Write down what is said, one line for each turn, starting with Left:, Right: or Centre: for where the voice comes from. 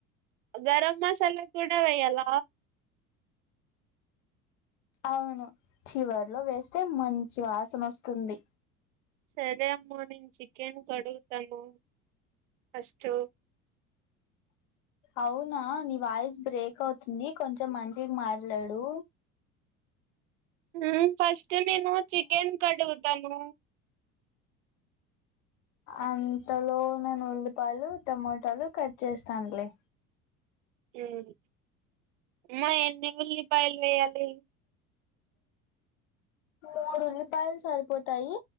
Right: గరం మసాలా కూడా వెయ్యాల
Left: అవును చివర్లో వేస్తే మంచి వాసన వస్తుంది
Right: సరే అమ్మ నేను చికెన్ కడుగుతాను ఫస్ట్
Left: అవునా నీ వాయిస్ బ్రేక్ అవుతుంది కొంచెం మంచిగా మాట్లాడు
Right: హుమ్ ఫస్ట్ ఇక నేను చికెన్ కడుగుతను
Left: అంతలో నేను ఉల్లిపాయలు టమోటాలు కట్ చేస్తానలే
Right: మ్మ్ మా ఎన్ని ఉల్లి పాయలు వెయ్యాలి
Left: మూడు ఉల్లిపాయలు సరిపోతాయి